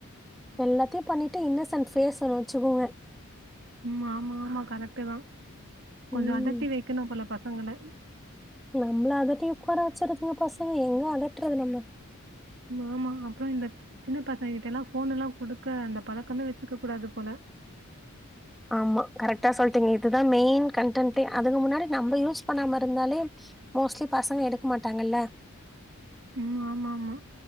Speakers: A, in the centre; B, on the right (about 55°).
A: எல்லாத்தியு பண்ணிட்டு இன்னசன்ட் ஃபேஸ் ஒன்னு வச்சுக்குங்க
B: ம் ஆமாமா கரெக்ட்டு தா கொஞ்ச
A: ம்.
B: அதட்டி வெக்கணு போல பசங்கள
A: நம்மள அதட்டி உக்கார வெச்சுறுதுங்க பசங்க எங்க அதட்றது நம்ம
B: ஆமாம் அப்புற இந்த சின்ன பசங்க கிட்டலா போனுல குடுக்க அந்த பழக்கமே வெச்சுக்க கூடாது போல
A: ஆமா கரெக்டா சொல்லிட்டீங்க இதுதா மெயின் கண்டன்டே அதுக்கு முன்னாடி நம்ம யூஸ் பண்ணாம இருந்தாலே மோஸ்ட்லி பசங்க எடுக்க மாட்டாங்கல்ல
B: ம் ஆம ஆமா